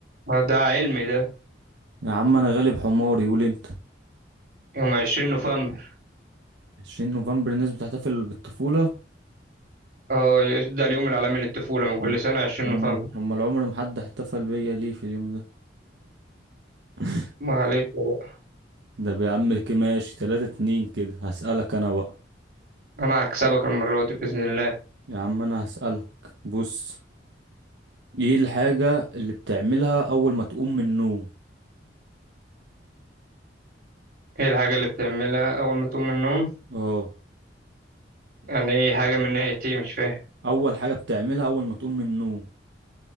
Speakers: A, on the right (about 50°); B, on the right (about 70°).
A: ما ده علمي ده
B: يا عم انا غالب حماري قول انت
A: يوم 20 نوفمبر
B: 20 نوفمبر الناس بتحتفل بالطفولة
A: اه ده اليوم العالمي للطفولة من كل
B: أم-
A: سنة 20
B: امال
A: نوفمبر
B: امال عمر ما حد احتفل بيا ليه في اليوم ده <laughs>
A: معلش بقى.
B: ده يا عم كماشي تلاتة اتنين كده هسألك انا بقى
A: انا هكسبك المرة دي بإذن الله
B: يا عم انا هسألك بص ايه الحاجة اللي بتعملها اول ما تقوم من النوم
A: ايه الحاجة اللي بتعملها اول ما تقوم من النوم
B: اه
A: يعني ايه حاجة من ناحية ايه مش فاهم
B: اول حاجة بتعملها اول ما تقوم من النوم